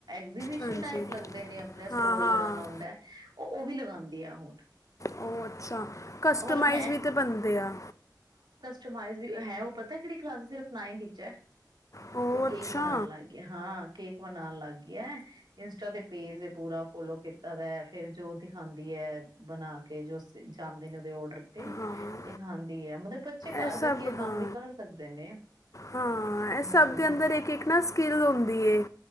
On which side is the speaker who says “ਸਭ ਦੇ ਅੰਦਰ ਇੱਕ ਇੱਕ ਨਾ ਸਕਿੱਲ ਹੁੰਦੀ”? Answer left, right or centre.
Left